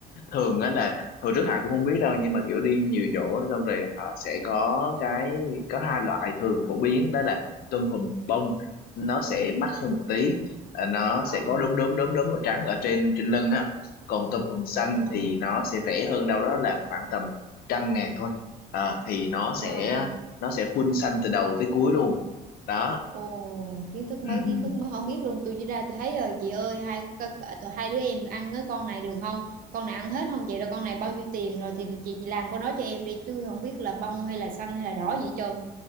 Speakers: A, on the left (about 65°); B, on the right (about 55°).
A: thường á là hồi trước Hải cũng không biết đâu nhưng mà kiểu đi nhiều chỗ xong rồi họ sẽ có cái có hai loại thường phổ biến đó là tôm hùm bông nó sẽ mắc hơn một tí à, nó
B: ờ
A: sẽ có đốm đốm đốm đốm màu trắng ở trên trên lưng á còn tôm hùm xanh
B: ờ
A: thì nó sẽ rẻ hơn đâu đó là khoảng tầm trăm ngàn thôi à, thì nó
B: ờ
A: sẽ nó sẽ full xanh từ đầu tới cuối luôn đó
B: Ồ, kiến thức
A: ừ,
B: mới,
A: ừ.
B: kiến thức mới không biết luôn. Tôi chỉ ra tôi thấy rồi chị ơi, hai c- c- tụi hai đứa em tụi ăn cái con này được không? Con này ăn hết không chị? Rồi con này bao nhiêu tiền rồi thì chị chị làm con đó cho em đi chứ không biết là bông hay là xanh hay là đỏ gì hết trơn.